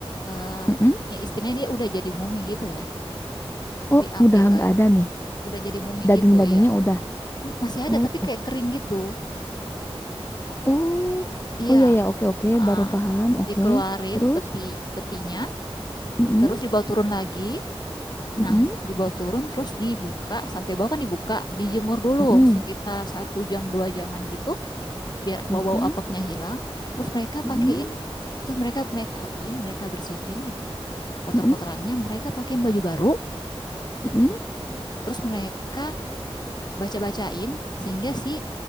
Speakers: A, on the left; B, on the left.
A: uh,
B: mm-mm.
A: ya istilahnya dia udah jadi mumi gitu ya, diambil
B: oh udah nggak ada nih
A: udah jadi mumi
B: daging-dagingnya
A: gitu, iya
B: udah
A: masih ada
B: oh
A: tapi kayak kering gitu
B: Oh,
A: Iya,
B: oh iya ya, oke oke,
A: ah,
B: baru paham, oke.
A: dikeluarin
B: Terus,
A: peti petinya,
B: mm-mm,
A: terus dibawa turun lagi.
B: mm-mm,
A: Nah, dibawa turun terus dibuka, sampai bawah kan dibuka, dijemur dulu
B: mm-mm.
A: sekitar satu jam dua jaman gitu, biar
B: Dua
A: bau-bau
B: jam,
A: apeknya hilang. Terus mereka pakein,
B: mm-mm,
A: terus mereka make upin, mereka bersihin kotor-kotorannya,
B: mm-mm,
A: mereka pakein baju baru,
B: mm-mm,
A: terus mereka baca-bacain sehingga si